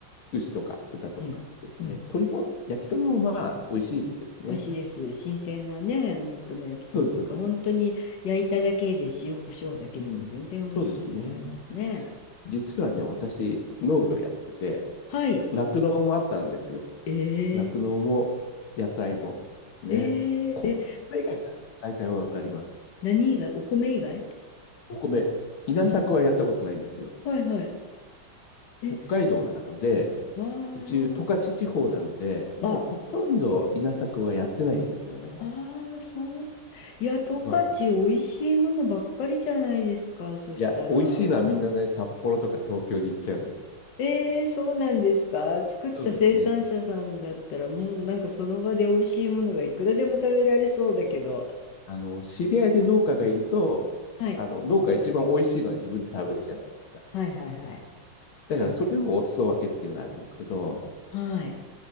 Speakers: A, on the left; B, on the left.
A: 牛とか豚とかですね。
B: うん、うん。
A: 鳥も、焼き鳥もまあ、美味しいですけどね。
B: 美味しいです。新鮮なね、お肉の焼き鳥とか、
A: そうです、そうです。
B: 本当に焼いただけで塩コショウだけでも全然美味しいのありますね。
A: うん。そうですね。実はね、私、農業やってて、
B: はい。
A: 酪農もあったんですよ。
B: え
A: 酪農も野菜もですね。
B: ー、えー、
A: こ米以外だったら大体わかります。
B: え、何以外お米以外
A: お米、稲作はやったことないんですよ。
B: うんうん。はいはい。え、
A: 北海道なので、
B: わー。
A: うち十勝地方なので、
B: あ、
A: 今ほとんど稲作はやってないんですよね。
B: あー、そうだ。いや、十勝美味しいものばっかりじゃないですか。
A: まあ、
B: そしたら。
A: いや、美味しいのはみんなね、札幌とか東京に行っちゃうんです
B: えー、そうなんですか。作った生産者さんだったら、
A: そうですね。
B: もうなんかその場で美味しいものがいくらでも食べられそうだけど。
A: あの、知り合いで農家がいると、
B: はい。
A: あの、農家一番美味しいのは自分で食べるじゃないですか。
B: はいはいはい。
A: だからそれをお裾分けっていうのはありますけど、
B: はい。